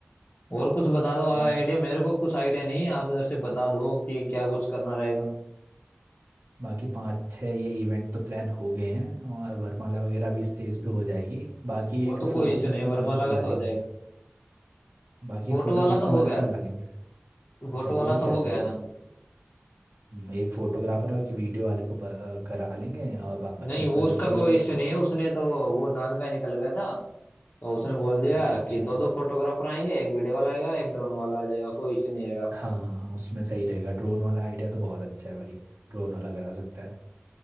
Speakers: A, on the left; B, on the right.
A: और कुछ बता दो आइडिया
B: और
A: मेरे को कुछ आइडिया नहीं है, आप जैसे बता दो कि क्या कुछ करना रहेगा
B: बाकी पाँच छः ये इवेंट तो प्लान हो गए हैं और वरमाला वगैरह भी स्टेज पे हो जाएगी बाकी
A: वो
B: एक
A: तो
B: फ़ोटो
A: कोई इशू
B: खींचने
A: नहीं
B: वाले
A: वर्माला
B: को बुला
A: का
B: लेंगे
A: तो हो जाएगा
B: बाकी
A: फोटो
B: एक फोटो
A: वाला
B: खींचने
A: तो
B: वाले
A: हो गया
B: को बुला लेंगे
A: फोटो
B: अच्छा वो
A: वाला
B: हो गया
A: तो हो
B: चलो
A: गया था
B: हम्म, एक फोटोग्राफर और एक वीडियो वाले को ब- अ, करा लेंगे और बाकी
A: नहीं
B: अपना
A: वो
B: सब
A: उसका
B: सही हो
A: कोई
B: जाएगा
A: इश्यू
B: फिर।
A: नहीं है उसने तो वो जान का ही निकल गया था तो उसने बोल दिया
B: अच्छा अच्छा
A: कि दो दो फोटोग्राफर आएंगे एक वीडियो वाला आएगा एक ड्रोन वाला आ जाएगा कोई इश्यू नहीं आएगा आपका
B: हाँ उसमें सही रहेगा ड्रोन वाला आइडिया तो बहुत अच्छा है भाई ड्रोन वाला करा सकता है